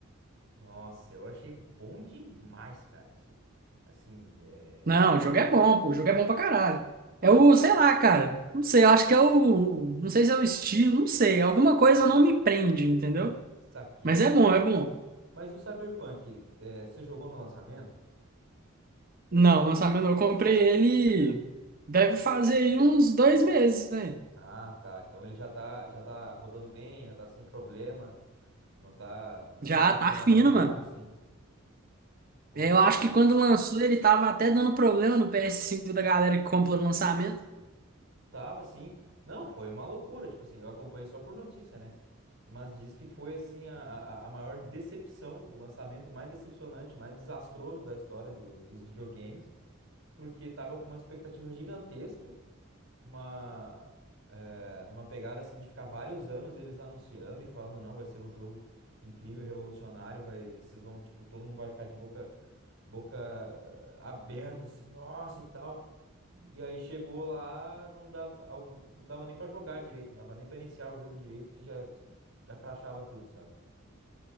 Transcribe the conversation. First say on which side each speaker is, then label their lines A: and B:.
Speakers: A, on the right; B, on the right.
A: Nossa, eu achei bom demais, cara. Assim, assim, é...
B: Não, o jogo é bom, pô. O jogo é bom pra caralho. É o, sei lá, cara. Não sei, eu acho que é o. Não sei se é o estilo, não sei. Alguma coisa não me prende, entendeu?
A: hum, Saquei.
B: Mas é bom, é bom.
A: Mas e o Cyberpunk, eh, você jogou no lançamento?
B: Não, lançamento não. Eu comprei ele. Deve fazer aí uns dois meses, velho.
A: Ah, tá. Então ele já tá, já tá rodando bem, já tá sem problema, não tá, não
B: Já
A: tá acontecendo
B: tá fino,
A: nada bizarro
B: mano.
A: assim. Pô,
B: Eu
A: le-
B: acho que quando lançou ele tava até dando problema no ps cinco da galera que compra no lançamento.
A: tava assim. Não, foi uma loucura, tipo assim, eu acompanhei só por notícia, né? Mas diz que foi assim a, a, a maior decepção, o lançamento mais decepcionante, mais desastroso da história do- dos videogames, porque tava com uma expectativa gigantesca uma, eh, numa pegada assim de ficar vários anos eles anunciando e falando, não, vai ser um jogo incrível, revolucionário, vai, vocês vão, tipo, todo mundo vai ficar de boca, boca aberta, assim, nossa e tal. E aí chegou lá, não dava, al- não dava nem pra jogar direito, não dava nem pra iniciar o jogo direito, que já, já crachava tudo, sabe?